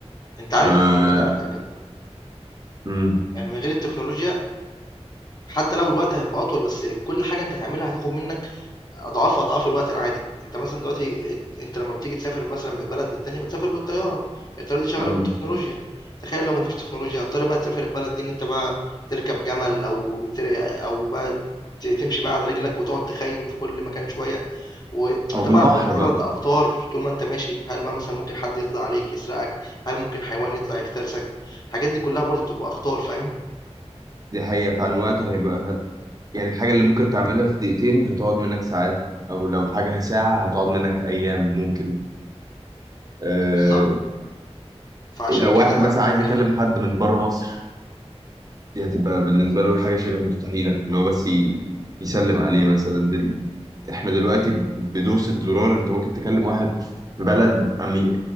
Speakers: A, on the left (about 40°); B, on the right (about 35°).
A: أنت عارف
B: آه
A: أقول لك على حاجة،
B: مم.
A: م يعني من غير التكنولوجيا حتى لو الوقت هيبقى أطول، بس كل حاجة أنت هتعملها هتاخد منك اضعاف اضعاف الوقت العادي انت مثلا دلوقتي انت لما بتيجي تسافر مثلا من بلد للتانية بتسافر بالطيارة الطيارة دي شغالة
B: مم.
A: بالتكنولوجيا تخيل لو مفيش تكنولوجيا هتضطر بقى تسافر البلد دي ان انت بقى تركب جمل او تر... او بقى ت- تمشي بقى على رجلك وتقعد تخيم في كل مكان شوية وطبعا
B: أو بالبحر
A: هتبقى
B: بقى
A: معرض لأخطار طول ما انت ماشي هل بقى مثلا ممكن حد يطلع عليك يسرقك هل ممكن حيوان يطلع يفترسك الحاجات دي كلها برضو بتبقى أخطار فاهم
B: دي حقيقة فعلا الوقت هيبقى ه- يعني الحاجة اللي ممكن تعملها في دقيقتين هتقعد منك ساعات أو لو حاجة ساعة هتقعد منك أيام ممكن آه
A: بالظبط فعشان
B: لو
A: كده
B: واحد مثلا
A: انا بكلمك
B: عايز يكلم حد من بره مصر دي هتبقى بالنسبة له حاجة شبه مستحيلة إن هو بس ي- يسلم عليه مثلا دل... إحنا دلوقتي بدوسة زرار أنت ممكن تكلم واحد في بلد أمي